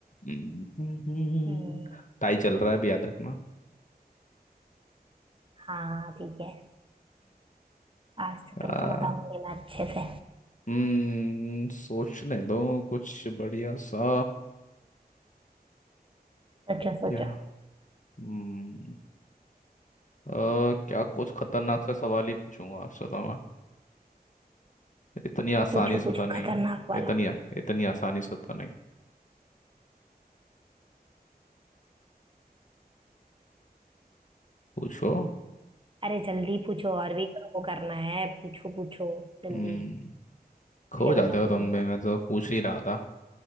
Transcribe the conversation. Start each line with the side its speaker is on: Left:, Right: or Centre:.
Left: हम्म,
Right: हम्म
Left: टाई चल रहा है भी याद रखना
Right: हाँ ठीक है आज तो
Left: हम्म,
Right: तुमको बताऊंगी मैं अच्छे से
Left: हम्म सोचने दो कुछ बढ़िया सा
Right: सोचो सोचो
Left: क्या हम्म अ, क्या कुछ खतरनाक सा सवाल ही पूछूंगा आपसे तो मैं इतनी आसानी
Right: पूछो
Left: से
Right: पूछो
Left: तो नहीं
Right: खतरनाक
Left: है
Right: वाला
Left: इतनी इतनी आसानी से तो नहीं पूछो
Right: अरे जल्दी पूछो और भी वो करना है पूछो पूछो जल्दी
Left: हम्म खो
Right: फिर
Left: जाते
Right: बताती
Left: हो तुम
Right: हूँ तुमको
Left: भी मैं तो पूछ ही रहा था